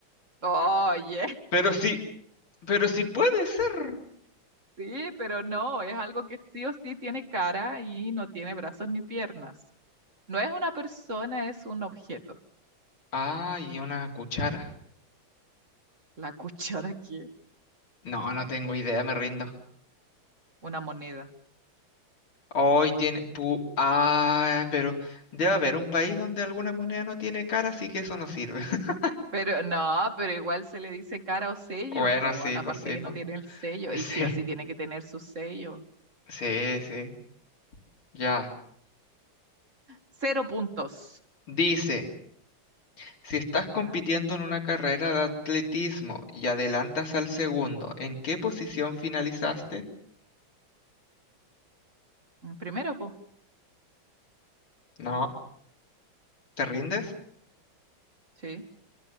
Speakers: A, on the right (about 35°); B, on the left (about 85°).
A: Oye,
B: Pero sí, pero sí puede ser.
A: <laughs> sí, pero no, es algo que sí o sí tiene cara y no tiene brazos ni piernas. No es una persona, es un objeto.
B: Ah, y una cuchara.
A: La <laughs> cuchara aquí,
B: No, no tengo idea, me rindo.
A: una moneda.
B: Hoy tiene... Pu ah, pero debe haber un país donde alguna moneda no tiene cara, así que eso no sirve. <laughs>
A: Pero no, pero igual se le dice cara o sello,
B: Bueno,
A: po,
B: sí,
A: a la
B: pues
A: parte
B: sí,
A: que
B: pues.
A: no tiene el sello.
B: <laughs>
A: Y
B: Sí,
A: sí o sí tiene que tener su sello.
B: sí, sí. Ya.
A: Cero puntos.
B: Dice, si estás compitiendo
A: ¿Ya?
B: en una carrera de atletismo y adelantas al segundo, ¿en qué posición finalizaste?
A: Mm, Primero, po.
B: No. ¿Te rindes?
A: Sí.